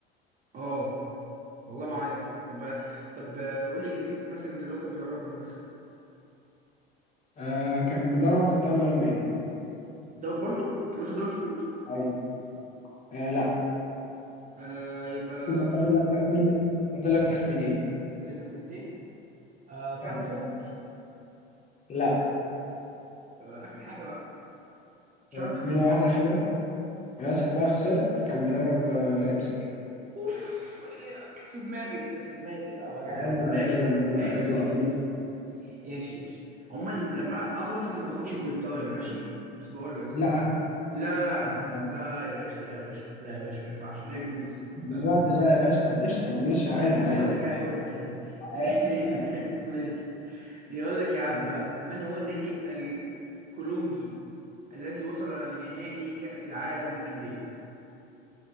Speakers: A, on the right (about 30°); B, on the left (about 25°).
A: اه والله ما عارف طب طب قول لي جنسيه مثلا اللي هو كان بيدربهم مثلا
B: آه كان بيدرب في الدوري الألماني
A: ده برضو بروسيا دورتموند
B: أيوة آه لا
A: آه يبقى
B: كده
A: فر...
B: فاضل لك تخمين فاضل لك تخمينين
A: فاضل لي تخمينتين آه فرانكفورت
B: أيوة لا
A: آه آخر حاجة بقى شاركر
B: تخمينة واحدة أخيرة للأسف لا خسرت كان بيدرب آه، لايبزيج
A: اوف إيه، كانت في دماغي كانت في دماغي اه وجع
B: يلا
A: القلب ماشي
B: يلا
A: يا عم.
B: يلا
A: ماشي
B: يلا
A: ماشي ماشي ماشي ماشي عموما لما انا اغلط انت ما تاخدش بوينتايه ماشي بس بقول لك
B: لا
A: يعني
B: اخد
A: لا لا لا
B: اخد بالي
A: لا لا لا يا باشا لا يا باشا لا يا باشا ما ينفعش لا يجوز
B: دلوقتي
A: لا لا
B: لا يا باشا قشطه ماشي عادي
A: معلش بقول
B: عادي
A: لك انا
B: عادي
A: بقول لك يعني
B: عادي
A: <laughs>
B: عادي.
A: ماشي يقول لك يا عم
B: عادي.
A: بقى من هو النادي الكولونجي الذي وصل لنهائي كأس العالم للأندية